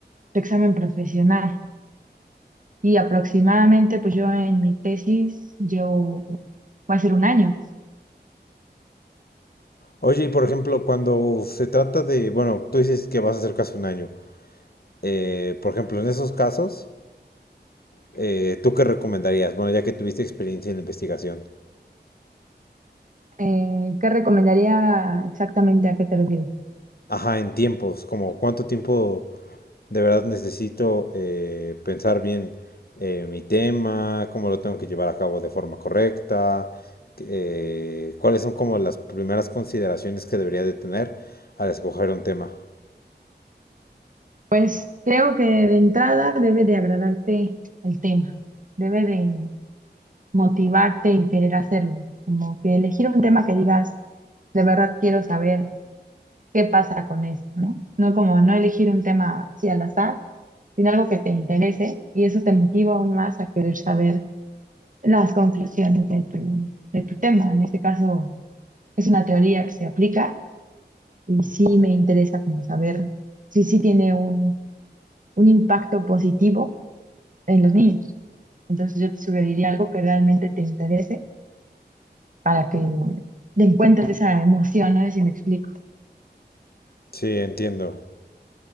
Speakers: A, on the right; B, on the left.
A: tu examen profesional. Y aproximadamente, pues yo en mi tesis, yo va a ser un año.
B: Oye, y por ejemplo, cuando se trata de, bueno, tú dices que vas a hacer casi un año. Eh, por ejemplo, en esos casos, eh, ¿tú qué recomendarías? Bueno, ya que tuviste experiencia en la investigación.
A: Eh, ¿qué recomendaría exactamente a qué te refieres?
B: Ajá, en tiempos, como cuánto tiempo de verdad necesito eh, pensar bien eh, mi tema, cómo lo tengo que llevar a cabo de forma correcta, eh, cuáles son como las primeras consideraciones que debería de tener al escoger un tema.
A: Pues creo que de entrada debe de agradarte el tema, debe de motivarte el querer hacerlo, como que elegir un tema que digas, de verdad quiero saber qué pasa con esto, ¿no? No como no elegir un tema así al azar sino algo que te interese y eso te motiva aún más a querer saber las conclusiones de tu, de tu tema. En este caso es una teoría que se aplica y sí me interesa como saber si sí tiene un, un impacto positivo en los niños. Entonces yo te sugeriría algo que realmente te interese para que te encuentres esa emoción, ¿no? Si me explico.
B: Sí, entiendo.